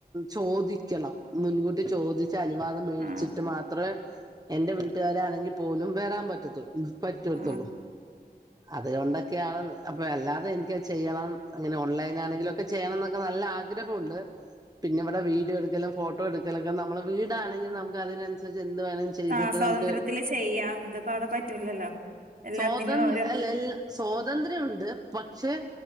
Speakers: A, on the right; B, on the right.
A: ചോദിക്കണം മുൻകൂട്ടി ചോദി ച്ച് അനുവാദം മേടിച്ചിട്ട്
B: ആഹ്
A: മാത്രേ എന്റെ വീട്ടുകാരാണെങ്കിൽ പോലും വരാൻ പറ്റത്തൂ പറ്റിയെടുത്തൊള്ളൂ
B: ആഹ്
A: അതുകൊണ്ടൊക്കെയാണ് അപ്പൊ അല്ലാതെ എനിക്ക് ചെയ്യണം ഇങ്ങനെ ഓൺലൈൻ ആണെങ്കിലുംക്കെ ചെയ്യണം എന്നൊക്കെ നല്ല- ആഗ്രഹുണ്ട് പിന്നെ വിടെ വീഡിയോ എടുക്കലും ഫോട്ടോ എടുക്കലൊക്കെ നമ്മളെ വീടാ ണെങ്കിൽ നമുക്ക് അതിനനുസരിച്ച് എന്തും ത് വേണം ചെയ്തിട്ട്
B: ആഹ് സ്വാതന്ത്ര്യത്തില്
A: നമുക്ക്
B: ചെയ്യാം ഇതിപ്പോ അവിടെ പറ്റൂലല്ലോ എല്ലാത്തിനും
A: സ്വാതം
B: ഓരോ
A: അല്ല അൽ സ്വാതന്ത്ര്യം ണ്ട് പക്ഷെ